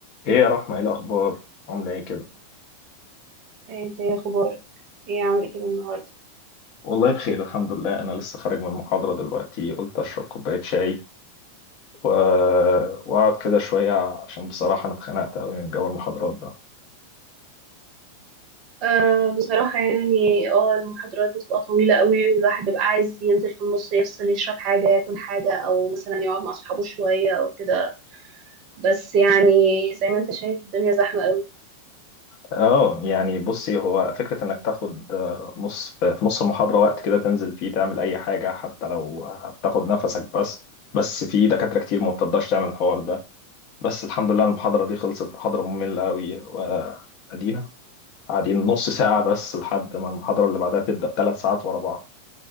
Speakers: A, on the left; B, on the right.
A: ايه يا رحمة ايه الاخبار عاملة ايه كده
B: انت يا اخبارك ايه عامل كده النهارده
A: والله بخير الحمد لله انا لسه خارج من المحاضرة دلوقتي قلت اشرب كوباية شاي و... واقعد كده شوية عشان بصراحة انا اتخنقت قوي من جو المحاضرات ده
B: أه بصراحة يعني اه المحاضرات بتبقى طويلة قوي والواحد بيبقى عايز ينزل في النص يفصل يشرب حاجة ياكل حاجة أو مثلا يقعد مع أصحابه شوية أو كده بس يعني زي ما انت شايف الدنيا زحمة قوي
A: اه يعني بصي هو فكرة انك تاخد آه، نص في في نص المحاضرة وقت كده تنزل فيه تعمل اي حاجة حتى لو هتاخد نفسك بس بس في دكاترة كتير ما بتقدرش تعمل الحوار ده بس الحمد لله المحاضرة دي خلصت محاضرة مملة قوي وادينا قاعدين نص ساعة بس لحد ما المحاضرة اللي بعدها تبدأ ثلاث ساعات ورا بعض